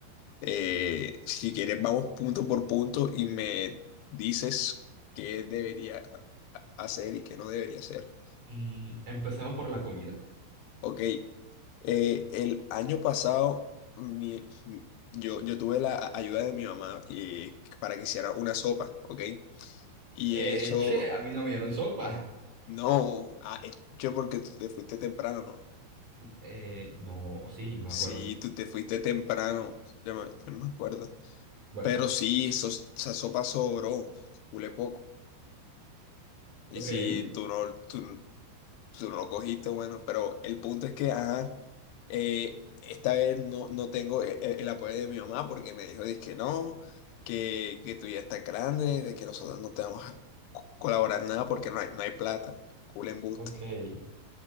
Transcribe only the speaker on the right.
Mm, empecemos por la comida.
Eh,
che, a mí no me dieron sopa. <laughs>
Eh, no, sí, no me
acuerdo.
Bueno,
ok,
ok.